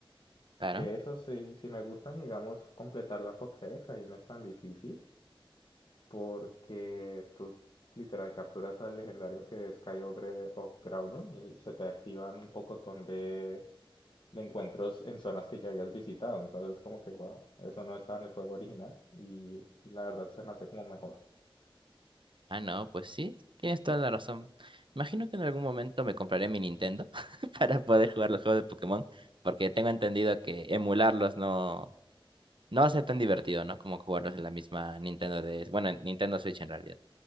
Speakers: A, on the right; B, on the left.
A: Claro.
B: Que eso sí, sí me gustan y digamos completar la Pokédex ahí no es tan difícil. Porque tú literal capturas al legendario que es Kyogre o Groudon y se te activan un pocotón de, de encuentros en zonas que ya habías visitado. Entonces, como que, wow, eso no estaba en el juego original y la verdad se me hace como mejor.
A: Ah, no, pues sí, tienes toda la razón. Imagino que en algún momento me compraré mi Nintendo <laughs> para poder jugar los juegos de Pokémon, porque tengo entendido que emularlos no, no va a ser tan divertido, ¿no? Como jugarlos en la misma Nintendo de, bueno, en Nintendo Switch en realidad,